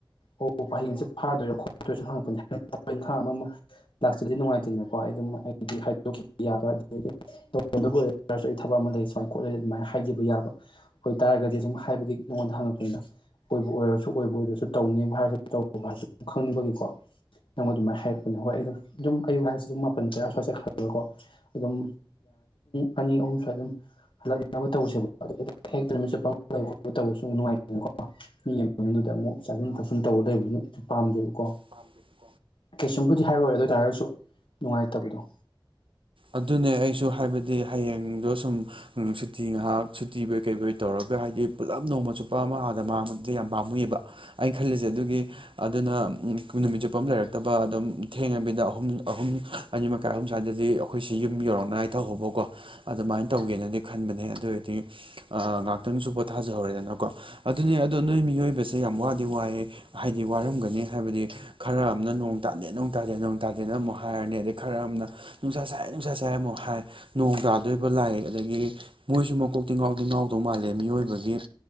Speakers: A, on the left (about 75°); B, on the right (about 75°).
A: ꯑꯣ ꯄꯥꯍꯡꯁꯦ ꯐꯥꯗꯣꯏꯔꯥ ꯈꯣꯠꯇꯣꯏꯔ ꯁꯨꯝ ꯍꯪꯉꯛꯄꯅꯤꯈꯥꯡ ꯑꯃ ꯑꯃ ꯂꯥꯛꯆꯗꯤ ꯅꯨꯡꯉꯥꯏꯇꯣꯏꯅꯦꯀꯣꯝ <unintelligible> ꯑꯩꯗꯤ ꯍꯥꯏꯗꯣꯛꯈꯤꯕ ꯌꯥꯕ ꯑꯗꯨꯗꯤ <unintelligible> ꯇꯧꯒꯗꯕ ꯑꯣꯏꯔꯔꯁꯨ ꯑꯩ ꯊꯕꯛ ꯑꯃ ꯂꯩ ꯁꯨꯃꯥꯏꯅ ꯈꯣꯠꯂ ꯑꯗꯨꯃꯥꯏꯅ ꯍꯥꯏꯖꯕ ꯌꯥꯕ ꯑꯣꯏꯇꯥꯥꯔꯒꯗꯤ ꯁꯨꯝ ꯍꯥꯏꯕꯒꯤ ꯅꯉꯣꯟꯗ ꯍꯪꯉꯛꯄꯅꯤꯗ ꯑꯣꯏꯕꯨ ꯑꯣꯏꯔꯁꯨ ꯑꯣꯏꯕꯨ ꯑꯣꯏꯗꯔꯁꯨ ꯇꯧꯅꯤꯡꯕ ꯍꯥꯏꯔꯒ ꯇ ꯁꯨꯝ ꯈꯪꯅꯤꯡꯕꯒꯤꯀꯣ ꯅꯪ ꯑꯗꯨꯃꯥꯏꯅ ꯍꯥꯏꯔꯛꯄꯅꯦ ꯍꯣꯏ ꯑꯩ ꯑꯗꯨꯝ ꯌꯨꯝ ꯍꯩꯕ ꯍꯥꯏꯁꯤꯗꯤ ꯑꯗꯨꯝ ꯃꯥꯄꯜ ꯇꯔꯥ ꯁ꯭ꯋꯥꯏꯗꯈꯜꯂꯒꯀꯣ ꯑꯗꯨꯝ ꯑꯅꯤ ꯑꯍꯨꯝ ꯁꯨ ꯑꯗꯨꯝ ꯍꯂꯛꯅꯕ ꯇꯧꯁꯦꯕ ꯠ ꯇꯧꯕꯁꯨ ꯅꯨꯡꯉꯥꯏꯇꯦꯅꯀꯣ ꯃꯤꯗꯨꯗ ꯑꯃꯨꯛ ꯆꯥꯁꯤꯟ ꯊꯛꯁꯤꯟ ꯇꯧꯕ ꯂꯩꯕ <unintelligible> ꯄꯥꯝꯗꯦꯕꯀꯣ
B: ꯍ <unintelligible>
A: ꯀꯩꯁꯨꯝꯕꯨꯗꯤ ꯍꯥꯏꯔꯣꯏꯑꯣꯏ ꯑꯗꯨ ꯑꯣꯏꯇꯥꯔꯁꯨ ꯅꯨꯡꯉꯥꯏꯇꯕꯗꯣ
B: ꯑꯗꯨꯅꯦ ꯑꯩꯁꯨ ꯍꯥꯏꯕꯗꯤ ꯍꯌꯦꯡꯗꯣ ꯁꯨꯝ ꯁꯨꯇꯤ ꯉꯥꯏꯍꯥꯛ ꯁꯨꯇꯤꯕꯣꯏ ꯀꯩꯕꯣꯏ ꯇꯧꯔꯒ ꯍꯥꯏꯗꯤ ꯄꯨꯜꯂꯞ ꯅꯣꯡꯃ ꯆꯨꯞꯄ ꯑꯃ ꯑꯥꯗ ꯃꯥꯡꯕꯗꯨꯗ ꯌꯥꯝ ꯄꯥꯝꯃꯨꯏꯑꯕ ꯑꯩꯅ ꯈꯜꯂꯤꯁꯦ ꯑꯗꯨꯒꯤ ꯑꯗꯨꯅ ꯅꯨꯃꯤꯠ ꯆꯨꯞꯄꯝ ꯑꯃꯥ ꯂꯩꯔꯒ ꯇꯕ ꯑꯗꯨꯝ ꯊꯦꯡꯉꯕꯤꯗ ꯑꯍꯨꯝ ꯑꯍꯨꯝ ꯑꯅꯤ ꯃꯈꯥꯏ ꯑꯍꯨꯝ ꯁ꯭ꯋꯥꯏꯗꯗꯤ ꯑꯩꯈꯣꯏꯁꯤ ꯌꯨꯝ ꯌꯧꯔꯛꯅꯉꯥꯏ ꯇꯧꯍꯧꯕꯀꯣ ꯑꯗꯨꯃꯥꯏꯅ ꯇꯧꯒꯦꯅꯗꯤ ꯈꯟꯕꯅꯦ ꯑꯗꯨ ꯑꯣꯏꯔꯗꯤ ꯑꯥ ꯉꯥꯛꯇ ꯇꯪꯁꯨ ꯄꯣꯊꯥꯖꯍꯧꯔꯦꯗꯅꯀꯣ ꯑꯗꯨꯅꯦ ꯑꯗꯣ ꯅꯣꯏ ꯃꯤꯑꯣꯏꯕꯁꯦ ꯌꯥꯝ ꯋꯥꯗꯤ ꯋꯥꯏꯑꯦ ꯍꯥꯏꯗꯤ ꯋꯥꯔꯝꯒꯅꯤ ꯍꯥꯏꯕꯗꯤ ꯈꯔ ꯑꯃꯅ ꯅꯣꯡ ꯇꯥꯗꯦ ꯅꯣꯡ ꯇꯥꯗꯦ ꯅꯣꯡ ꯇꯥꯗꯦꯅ ꯑꯃꯨꯛ ꯍꯥꯏꯔꯅꯤ ꯑꯗꯩ ꯈꯔ ꯑꯃꯅ ꯅꯨꯡꯁꯥ ꯁ ꯂꯥꯏ ꯅꯨꯡꯁꯥ ꯆꯥꯏ ꯑꯃꯨꯛ ꯍꯥꯏ ꯅꯣꯡ ꯇꯥꯗꯣꯔꯤꯕ ꯂꯥꯏ ꯑꯗꯒꯤ ꯃꯣꯏꯁꯨꯨꯀꯣꯛꯇꯤꯡ ꯉꯥꯎꯇ ꯉꯥꯎꯗꯧ ꯃꯥꯜꯂ ꯃꯤꯑꯣꯏꯕꯒꯤ